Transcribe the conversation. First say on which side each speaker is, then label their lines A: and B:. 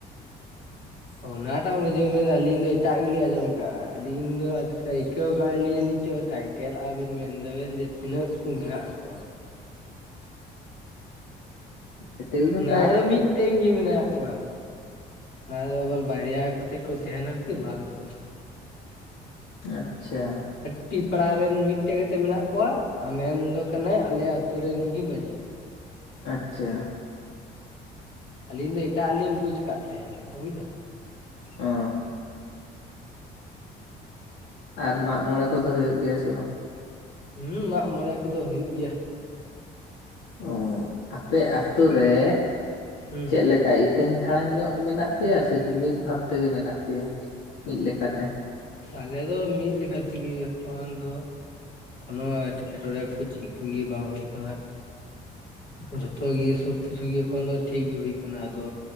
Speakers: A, on the left; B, on the left.
A: ᱚᱱᱟᱴᱟᱜ ᱢᱟᱸᱡᱷᱤ <unintelligible> ᱟᱹᱞᱤᱧ ᱫᱚ ᱮᱴᱟᱜ ᱜᱮᱞᱤᱧ ᱟᱸᱡᱚᱢ ᱠᱟᱜᱼᱟ ᱟᱹᱞᱤᱧ ᱫᱚ ᱟᱹᱭᱠᱟᱹᱣ ᱟᱠᱟᱫ ᱞᱤᱧ ᱡᱟᱱᱤᱡ ᱪᱚ ᱴᱟᱭ ᱴᱮᱞ ᱟᱵᱮᱱ ᱢᱮᱱᱫᱟ ᱵᱮᱱ ᱡᱮ ᱛᱤᱱᱟᱹᱜ ᱠᱚ ᱢᱮᱱᱟᱜ ᱠᱚᱣᱟ
B: ᱴᱟᱭᱴᱮᱞ ᱫᱚ
A: ᱚᱱᱟᱫᱚ
B: ᱴᱟᱭᱴᱮᱞ
A: ᱢᱤᱫ ᱴᱮᱱ ᱜᱮ ᱢᱮᱱᱟᱜ ᱠᱚᱣᱟ᱾ ᱚᱱᱟ ᱫᱚ ᱟᱵᱟᱨ ᱵᱟᱨᱭᱟ ᱠᱟᱛᱮᱫ ᱠᱚ ᱛᱟᱦᱮᱱᱟ ᱠᱤ ᱵᱟᱠᱚ ᱛᱟᱦᱮᱱᱟ ᱾
B: ᱟᱪᱪᱷᱟ
A: ᱢᱤᱴᱤᱡ ᱯᱟᱲᱟᱨᱮᱱ ᱢᱤᱫ ᱴᱟᱝ ᱠᱟᱛᱮ ᱜᱮ ᱢᱮᱱᱟᱜ ᱠᱚᱣᱟ ᱟᱨ ᱢᱮᱱ ᱫᱚ ᱠᱟᱱᱟᱭ ᱟᱞᱮ ᱟᱛᱳ ᱨᱮᱱ ᱜᱮ ᱢᱟᱺᱡᱷᱤ
B: ᱟᱪᱪᱷᱟ
A: ᱟᱹᱞᱤᱧ ᱫᱚ ᱮᱴᱟᱜᱼᱟ ᱞᱤᱧ ᱵᱩᱡᱽ ᱟᱠᱟᱫ ᱛᱟᱦᱮᱸᱱᱟ ᱵᱩᱡ ᱫᱟᱢ <inaudible>
B: ᱚ ᱟᱨ ᱢᱟᱜ ᱢᱚᱬᱮ ᱠᱚᱫᱚ ᱦᱩᱭᱩᱜ ᱜᱮᱭᱟ ᱥᱮ ᱵᱟᱝ?
A: ᱦᱩᱸ ᱢᱟᱜ ᱢᱚᱬᱮ ᱠᱚᱫᱚ ᱦᱩᱭᱩᱜ ᱜᱮᱭᱟ᱾
B: ᱚ ᱟᱯᱮ ᱟᱹᱛᱩ ᱨᱮ
A: ᱦᱩᱸ
B: ᱪᱮᱫ ᱞᱮᱠᱟ ᱦᱤᱴᱟᱹᱝ-ᱡᱟᱲᱟᱝ ᱧᱚᱜ ᱢᱮᱱᱟᱜ ᱯᱮᱭᱟ ᱥᱮ ᱡᱩᱢᱤᱫ ᱵᱷᱟᱵ ᱛᱮᱜᱮ ᱢᱮᱱᱟᱜ ᱯᱮᱭᱟ ᱢᱤᱫ ᱞᱮᱠᱟᱛᱮ
A: ᱟᱞᱮ ᱫᱚ ᱢᱤᱫ ᱞᱮᱠᱟ ᱛᱮᱜᱮ ᱮᱠᱷᱚᱱ ᱫᱚ ᱱᱚᱣᱟ ᱮᱴᱠᱮᱴᱚᱬᱮ ᱠᱚ ᱪᱮᱫ ᱠᱚᱜᱮ ᱵᱟᱝ ᱦᱩᱭ ᱟᱠᱟᱱᱟ ᱡᱷᱚᱛᱚ ᱜᱮ ᱥᱚᱵ ᱠᱤᱪᱷᱩ ᱜᱮ ᱮᱠᱷᱚᱱ ᱫᱚ ᱴᱷᱤᱠ ᱜᱮ ᱦᱩᱭ ᱟᱠᱟᱱᱟ ᱟᱫᱚ